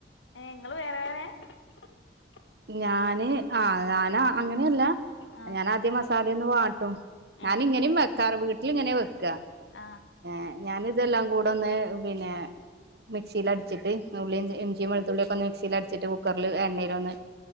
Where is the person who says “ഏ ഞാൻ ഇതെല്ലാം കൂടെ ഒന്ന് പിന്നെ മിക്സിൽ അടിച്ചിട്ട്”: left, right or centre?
Right